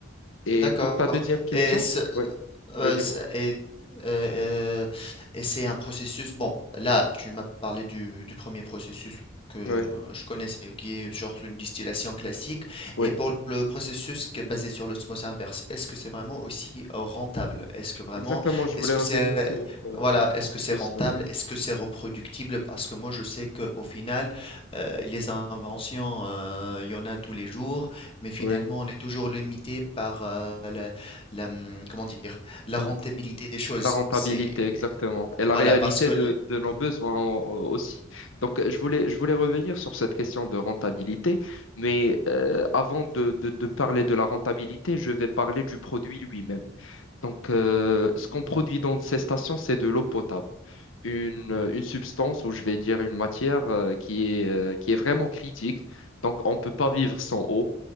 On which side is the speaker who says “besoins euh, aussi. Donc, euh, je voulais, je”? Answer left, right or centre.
Left